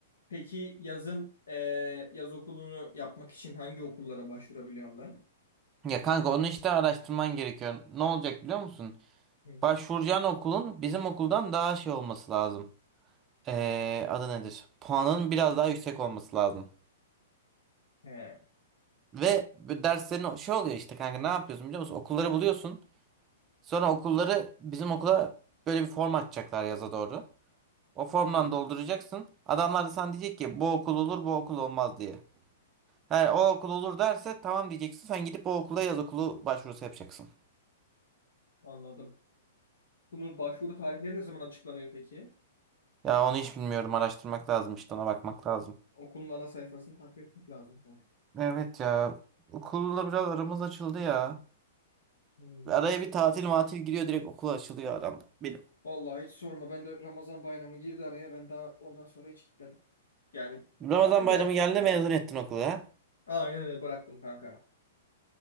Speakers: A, on the left; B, on the right.
A: peki yazın e, yaz okulunu yapmak için hangi okullara başvurabiliyorum ben?
B: Ya kanka onu işte araştırman gerekiyor. Ne olacak biliyor musun?
A: Hı.
B: Başvuracağın okulun bizim okuldan daha şey olması lazım. Ee, adı nedir? Puanın biraz daha yüksek olması lazım.
A: He.
B: Ve bu derslerin şey oluyor işte kanka ne yapıyorsun biliyor musun? Okulları buluyorsun. Sonra okulları bizim okula böyle bir form açacaklar yaza doğru. O formdan
A: Hı,
B: dolduracaksın. Adamlar da sana diyecek ki bu okul olur bu okul olmaz diye. Eğer o okul olur derse tamam diyeceksin. Sen gidip o okula yaz okulu başvurusu yapacaksın.
A: anladım. Bunun başvuru tarihleri ne zaman açıklanıyor peki?
B: Ya onu hiç bilmiyorum. Araştırmak lazım işte ona bakmak lazım.
A: Okulun ana sayfasını takip etmek lazım. o zaman.
B: Evet ya. Okulla biraz aramız açıldı ya.
A: Hmm.
B: Araya bir tatil matil giriyor direkt okul açılıyor aramda. Benim.
A: Vallahi hiç sorma. Ben de Ramazan bayramı girdi araya. Ben daha ondan sonra hiç gitmedim. Yani
B: Ramazan
A: gittim
B: bayramı
A: de
B: geldi mezun ettin okulu ha.
A: aynen öyle bıraktım kanka.